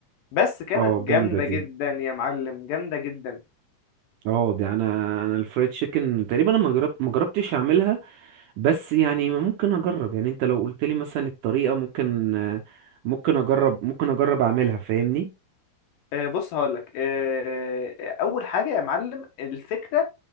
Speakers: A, on the left; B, on the right.
A: بس كانت
B: اه
A: جامده
B: جامدة
A: جدا
B: دي
A: يا معلم جامده جدا
B: اه دي انا انا الفرايد تشيكن تقريبا انا ما جربت ما جربتش اعملها بس يعني ممكن اجرب يعني انت لو قلت لي مثلا الطريقة ممكن آه، ممكن اجرب ممكن اجرب اعملها فاهمني
A: آه، بص هقول لك آه، اول حاجه يا معلم الفكره